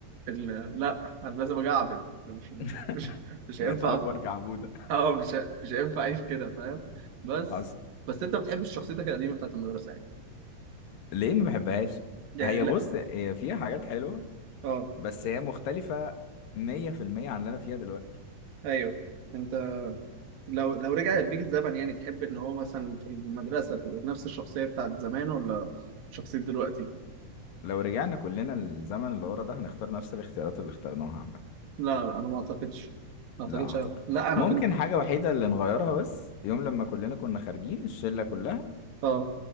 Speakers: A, on the right; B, on the left.
A: ال- لا انا لازم اجعبد ده مش مش
B: <laughs>
A: مش, مش هينفع
B: بقت أكبر جعبودة
A: اه مش ه- مش هينفع اعيش كده فاهم بس
B: حصل
A: بس انت بتحب شخصيتك القديمة بتاعت المدرسة يعني
B: ليه ما بحبهاش
A: يعني
B: هي
A: لا
B: بص هي فيها حاجات حلوة
A: اه
B: بس هي مختلفة مية في المية عن اللي أنا فيها دلوقتي
A: ايوه انت لو لو رجع بيك الزمن يعني تحب ان هو مثلا في المدرسة تبقى نفس الشخصية بتاعت زمان ولا شخصية دلوقتي؟
B: لو رجعنا كلنا للزمن اللي ورا ده هنختار نفس الاختيارات اللي اخترناها عامة
A: لا لا انا ما اعتقدش ما اعتقدش
B: لا أعتقد
A: أنا. لا انا
B: ممكن
A: كنت
B: حاجة وحيدة اللي نغيرها بس يوم لما كلنا كنا خارجين الشلة كلها
A: اه